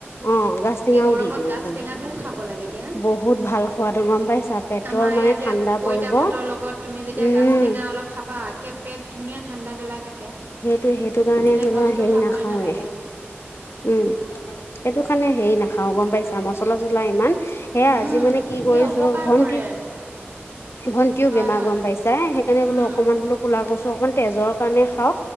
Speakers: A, on the left; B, on the right.
A: অ গাচটেঙাও
B: এই গৰমত
A: দি দিওঁ
B: গাজ
A: তুমি
B: টেঙাটোও খাব লাগে দিয়া।
A: বহুত ভাল খোৱাতটো গম পাইছা পেটৰ
B: আমাৰ এইয়া
A: মানে
B: যে
A: ঠাণ্ডা
B: পইতা
A: পৰিব
B: ভাতৰ লগত তুমি যেতিয়া
A: উম
B: গাছ টেঙা অলপ খাবা একে পেট ধুনীয়া ঠাণ্ডা পেলাই থাকে
A: সেইটোৱে সেইটো কাৰণে
B: বেলেগ
A: ধৰি
B: বস্তু
A: লোৱা হেৰি
B: খাবই
A: নাখাওৱে।
B: নালাগে
A: উম সেইটো কাৰণে হেৰি নাখাও গম পাইছা মচ চলা চলা ইমান সেয়া
B: উম
A: আজি মানে কি কৰিছো
B: এই অপকাৰ
A: ভণ্টিৰ
B: কৰে
A: ভন্টিও
B: হয়
A: বেমাৰ
B: হয়
A: গম পাইছে, সেইকাৰণে
B: উম
A: বোলো অকণমান বোলো ক'লা কচু অকণমান তেজৰ কাৰণে খাও।